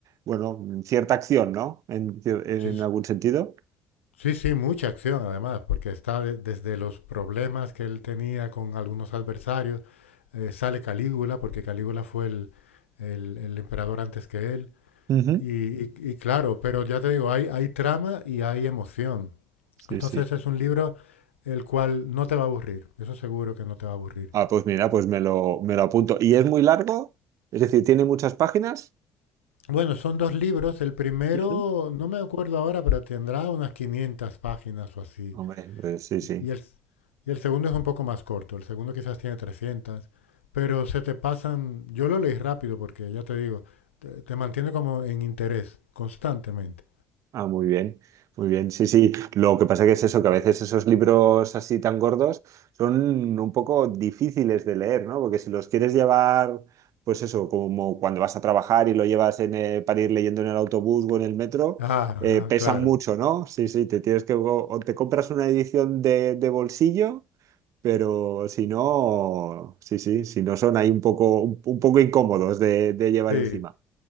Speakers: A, on the right (about 55°); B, on the left (about 80°).
A: bueno, cierta acción, ¿no? En, cier- en
B: sí, s-
A: algún sentido.
B: sí, sí, mucha acción además, porque está de- desde los problemas que él tenía con algunos adversarios, eh, sale Calígula, porque Calígula fue el, el- el emperador antes que él,
A: Ujú.
B: y, y- y claro, pero ya te digo, hay, hay trama y hay emoción.
A: Sí,
B: Entonces
A: sí.
B: es un libro el cual no te va a aburrir, eso seguro que no te va a aburrir.
A: Ah, pues mira, pues me lo, me lo apunto. ¿Y es muy largo? Es decir, ¿tiene muchas páginas?
B: Bueno, son dos libros. El primero,
A: Ujú.
B: no me acuerdo ahora, pero tendrá unas 500 páginas o así.
A: Hombre, pues sí, sí.
B: Y el, y el segundo es un poco más corto. El segundo quizás tiene trescientas, Pero se te pasan, yo lo leí rápido porque ya te digo, te, te mantiene como en interés constantemente.
A: Ah, muy bien, muy bien. Sí, sí. Lo que pasa que es eso, que a veces esos libros así tan gordos son un poco difíciles de leer, ¿no? Porque si los quieres llevar, pues eso, como cuando vas a trabajar y lo llevas en, eh, para ir leyendo en el autobús o en el metro,
B: Ah,
A: eh, pesan
B: ah, claro.
A: mucho, ¿no? Sí, sí, te tienes que, o te compras una edición de, de bolsillo. Pero si no, sí, sí, si no son ahí un poco, un, un poco incómodos de, de llevar
B: Sí.
A: encima.